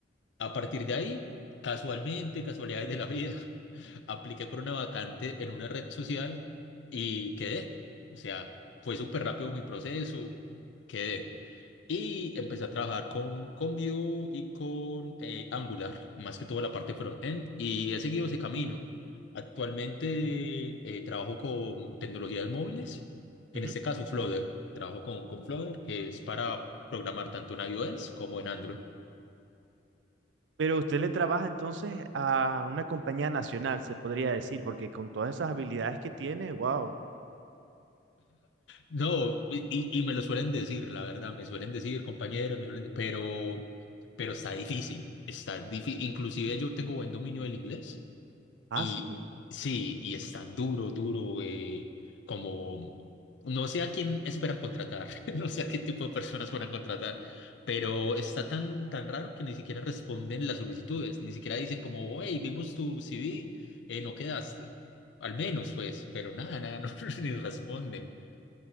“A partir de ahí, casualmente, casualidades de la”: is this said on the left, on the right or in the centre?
Left